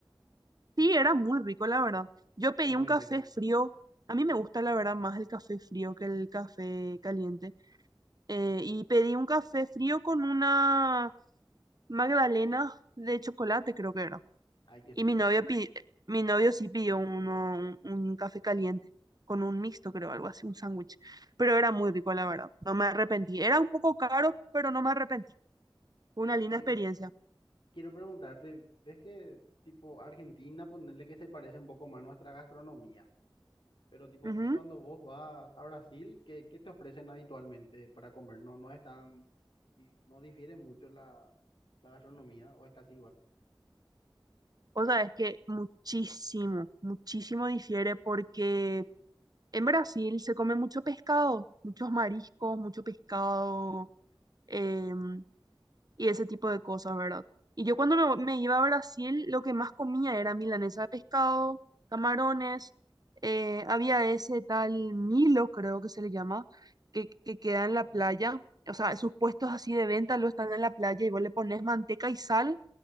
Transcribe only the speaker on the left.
Es muy
rico.
Ay, qué
rico.
Eh,
quiero preguntarte, ¿ves que tipo Argentina, ponerle que se parece un poco más a nuestra gastronomía? Pero tipo,
¿y cuando vos vas a Brasil, qué, qué te ofrecen habitualmente para comer? No, no es tan, di- no difiere mucho la, la gastronomía o es casi igual.